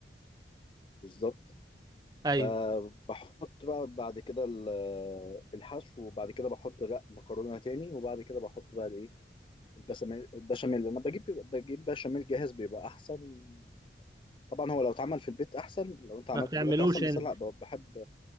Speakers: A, on the left (about 30°); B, on the right (about 20°).
A: بالظبط
B: ايوه
A: فبحط بقى بعد كده ال- الحشو وبعد كده بحط رق مكرونه تاني وبعد كده بحط بقى الايه البشاميل البشاميل لما بجيب بجيب بشاميل جاهز بيبقى احسن طبعا هو لو اتعمل في البيت احسن لو انت عملته
B: ما بتعملوش
A: بايدك احسن
B: انت
A: بس أنا لا ب- بحب